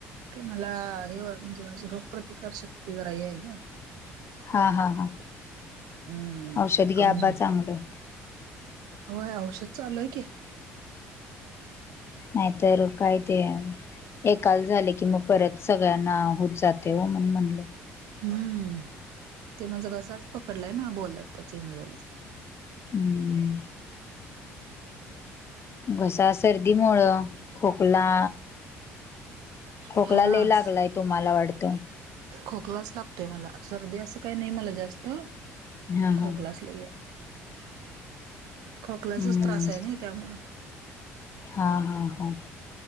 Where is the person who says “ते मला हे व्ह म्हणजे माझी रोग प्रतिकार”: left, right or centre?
Right